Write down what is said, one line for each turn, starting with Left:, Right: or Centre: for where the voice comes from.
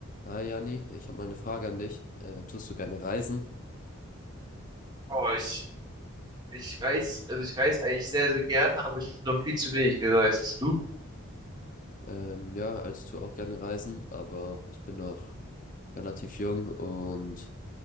Left: Hi Jani, ich habe mal eine Frage an dich. Äh, tust du gerne reisen?
Right: Oh, ich, ich reise, also ich reise eigentlich sehr, sehr gerne, aber ich bin noch viel zu wenig gereist. Du?
Left: Ähm, ja, also ich tue auch gerne reisen, aber ich bin noch relativ jung und